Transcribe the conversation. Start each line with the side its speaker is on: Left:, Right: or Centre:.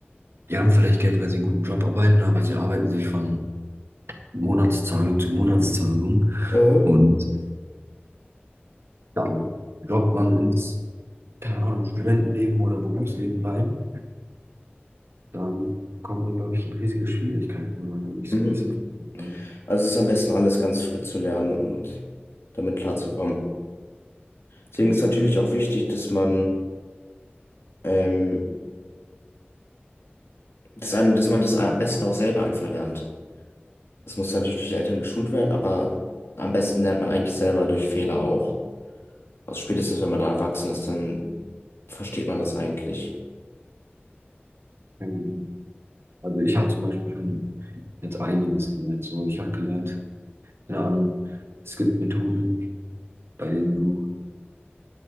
Right: die haben vielleicht Geld, weil sie einen guten Job arbeiten, aber sie arbeiten sich von Monatszahlung zu Monatszahlung
Left: Mhm.
Right: und dann droppt man ins, keine Ahnung, Studentenleben oder Berufsleben rein. Dann kommt man, glaube ich, in riesige Schwierigkeiten, wenn man da nicht
Left: Mhm.
Right: so ein bisschen plant.
Left: Also es ist am besten alles ganz früh zu lernen und damit klarzukommen. Deswegen
Right: Genau.
Left: ist natürlich auch wichtig, dass man, ähm, das eine, dass man das am besten auch selber einfach lernt. Das muss natürlich durch die Eltern geschult werden, aber am besten lernt man eigentlich selber durch Fehler auch. Also spätestens, wenn man da erwachsen ist, dann versteht man das eigentlich.
Right: Ja, genau. Also ich habe zum Beispiel schon jetzt einiges gelernt. So, ich habe gelernt, keine Ahnung, es gibt Methoden, bei denen du